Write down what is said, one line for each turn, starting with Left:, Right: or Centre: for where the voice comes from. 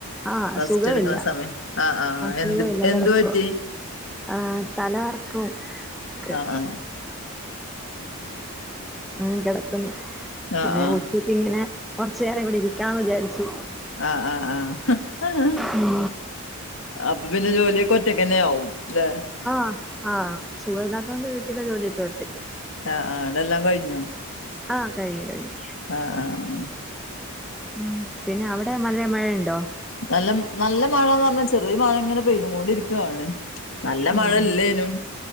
Centre: ആഹ്
Left: റസ്റ്റ്
Centre: സുഖമില്ല
Left: ഇട്ക്കുന്ന സമയം ആഹ് ആഹ്
Centre: സുഖമില്ല
Left: എന്ത് എന്ത്
Centre: കിടക്കുവാ
Left: പറ്റി
Centre: ആഹ് തലകർക്കവും ഒക്കെയാ
Left: ആഹ് ആഹ്
Centre: ആഹ് കെടക്കുന്നു പിന്നെ
Left: ആഹ്
Centre: ഉച്ചക്ക് ഇങ്ങനെ കൊറച്ചു നേരം ഇവിടെ ഇരിക്കാന്ന് വിചാരിച്ചു.
Left: ആഹ് ആഹ് ആഹ്
Centre: ഉം
Left: അപ്പൊ പിന്നെ ജോലിയൊക്കെ ഒറ്റക്കന്നെ ആവും ല്ലെ
Centre: ആഹ് ആഹ് സുഖമല്ലാത്തോണ്ട് വീട്ടിലെ ജോലിയൊക്കെ ഒറ്റക്കാ
Left: ആഹ് ആഹ് അതെല്ലാം കഴിഞ്ഞോ
Centre: ആഹ് കഴിഞ്ഞു കഴിഞ്ഞു
Left: ആഹ് ആഹ്
Centre: ഉം പിന്നെ അവ ടെ മല മഴണ്ടോ
Left: നല്ല നല്ല മഴാന്ന് പറഞ്ഞാ ചെറിയ മഴ ഇങ്ങനെ പെയ്ത്ങ്ങൊണ്ടിരിക്കാണ്. നല്ല
Centre: ഉം
Left: മഴ ഇല്ലേനും